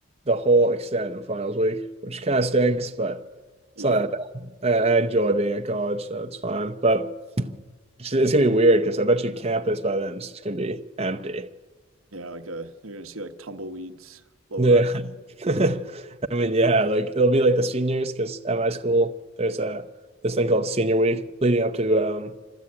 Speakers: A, on the right (about 30°); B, on the right (about 80°).
A: the whole extent of finals week, which kind of stinks, but
B: yeah.
A: it's not that bad. I, I enjoy being at college, so it's fine. But it's, it's gonna be weird because I bet you campus by then is just gonna be empty.
B: Yeah, like a you're gonna see like tumbleweeds blowing
A: Yeah.
B: our
A: <laughs> I mean, yeah, like it'll be like the seniors because at my school there's a this thing called senior week leading up to um